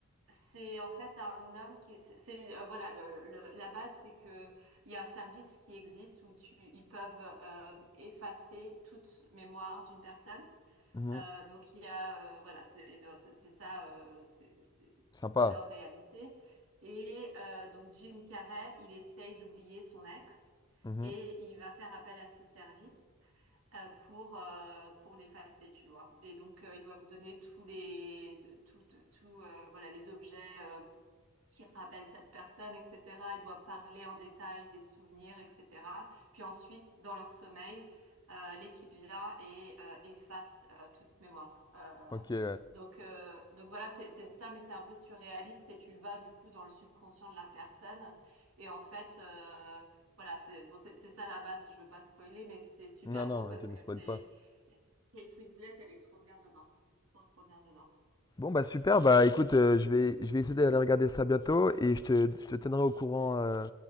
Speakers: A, on the right; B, on the left.
A: c'est en fait un homme qui, c'est c'est, euh, voilà, le, le- la base c'est que il y a un service qui existe où tu, ils peuvent euh, effacer toute mémoire d'une personne.
B: Mhm.
A: Euh, donc il y a, euh, voilà, c'est c'est- c'est ça, euh, c'est c'est-
B: Sympa.
A: c'est leur réalité. Et euh, donc Jim Carrey, il essaye d'oublier son ex
B: Mhm.
A: et il va faire appel à ce service euh, pour, euh, pour l'effacer, tu vois. Et donc, euh, ils doivent donner tous les, tout, tout, euh, voilà, les objets euh, qui rappelle cette personne, etc. Ils doivent parler en détail des souvenirs, etc. Puis ensuite, dans leur sommeil, euh, l'équipe vient et euh, efface euh, toute mémoire. Euh,
B: Ok, ouais.
A: donc, euh, donc voilà, c'est c'est ça, mais c'est un peu surréaliste et tu vas du coup dans le subconscient de la personne. Et en fait, euh, voilà, c'est bon, c'est c'est ça la base. Je veux pas spoiler, mais c'est super
B: Non, non,
A: beau parce
B: mais tu
A: que
B: me spoil
A: c'est
B: pas.
A: Kate Winslet, elle est trop bien dedans, trop trop bien dedans.
B: Bon, bah super, bah écoute, euh, je vais, je vais essayer d'aller regarder ça bientôt et je te, je te tiendrai au courant. euh,